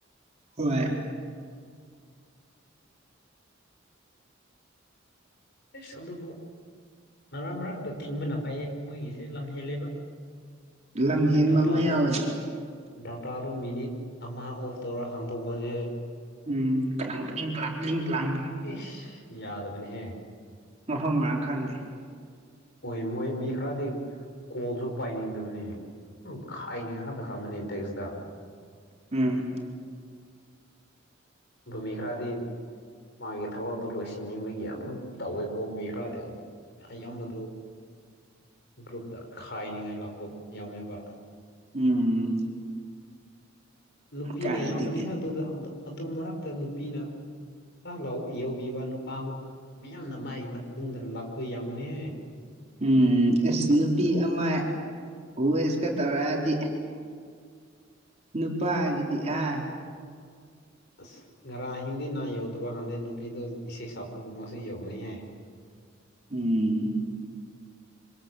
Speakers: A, on the right (about 35°); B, on the left (about 60°).
A: ꯍꯣꯏ
B: ꯑꯦꯁ ꯑꯗꯨꯕꯨ ꯃꯔꯥ ꯃꯔꯥ ꯈꯛꯇ ꯊꯤꯡꯕꯅ ꯐꯩꯌꯦ ꯃꯣꯏꯒꯤꯁꯦ ꯂꯝ ꯍꯦꯜꯂꯦꯕ꯫
A: ꯂꯝ
B: ꯑꯣꯏ
A: ꯍꯦꯟꯕ
B: ꯗꯇꯥꯂꯣ
A: ꯑꯃ ꯌꯥꯎꯋꯦ
B: ꯗꯥꯇꯥꯗꯣ ꯃꯤꯅꯤꯠ ꯑꯃ ꯑꯣꯐ ꯇꯧꯔ ꯍꯥꯡꯗꯣꯛꯄꯖꯦ
A: ꯎꯝ ꯀꯅꯥꯡ ꯀꯤꯅꯤꯡ ꯀꯂꯥꯡ ꯀꯤꯂꯤꯡ ꯀꯂꯥꯡ
B: ꯏꯁ ꯌꯥꯗꯕꯅꯦꯍ
A: ꯃꯐꯝ ꯃꯔꯥꯡ ꯈꯪꯗꯦ
B: ꯑꯣꯏ ꯃꯣꯏ ꯃꯤ ꯈꯔꯗꯤ ꯀꯣꯜꯁꯨ ꯄꯥꯏꯅꯤꯡꯗꯕꯅꯤ꯫ ꯎꯝ ꯈꯥꯏꯅꯤꯡꯉ ꯍꯟꯇ ꯈꯕꯅꯦ ꯇꯦꯛꯁꯇ
A: ꯎꯝ
B: ꯑꯗꯨꯃꯤ ꯈ꯭ꯔꯥꯗꯤ ꯃꯥꯒꯤ ꯊꯕꯛ ꯑꯗꯨ ꯂꯣꯏꯁꯤꯟꯅꯤꯡꯕꯒꯤ ꯑꯗꯨꯝ ꯇꯧꯋꯦꯀꯣ ꯃꯤ ꯈꯔꯗꯤ ꯑꯗꯨ ꯑꯌꯥꯝꯕꯗꯨ ꯒ꯭ꯔꯨꯞꯇ ꯈꯥꯏꯅꯤꯡꯉꯥꯏ ꯂꯥꯛꯄ ꯌꯥꯝꯃꯦꯕ
A: ꯎꯝ
B: ꯅꯨꯄꯤꯅ
A: ꯀꯥꯏꯗꯒꯤ
B: ꯌꯥꯝꯃꯅꯤ ꯍꯥꯏ ꯑꯗꯨꯗ ꯑꯗꯨ ꯃꯔꯛꯇ ꯅꯨꯄꯤꯅ ꯆꯍꯥꯛꯜ ꯂꯥꯎ ꯌꯧꯕꯤꯕ ꯅꯨꯄꯥ ꯑꯃꯨꯛ ꯃꯌꯥꯝꯅ ꯃꯥꯏꯒꯤ ꯃꯇꯨꯡꯗ ꯂꯥꯛꯄ ꯌꯥꯃꯅꯤꯍꯦ
A: ꯎꯝ ꯑꯦꯁ ꯅꯨꯄꯤ ꯑꯃ ꯍꯁꯀ ꯇꯧꯔꯛꯑꯗꯤ꯫ ꯅꯨꯄꯥꯒꯗꯤ ꯍꯥ
B: ꯑꯁ ꯉꯔꯥꯡ ꯑꯍꯤꯡꯗꯤ ꯅꯥ ꯌꯧꯗ꯭ꯔꯕ ꯈꯪꯗꯦ ꯅꯨꯄꯤꯗꯣ ꯏꯁꯩ ꯁꯛꯄꯒꯨꯝꯕꯁꯨ ꯌꯧꯕꯅꯤꯍꯦ
A: ꯎꯝ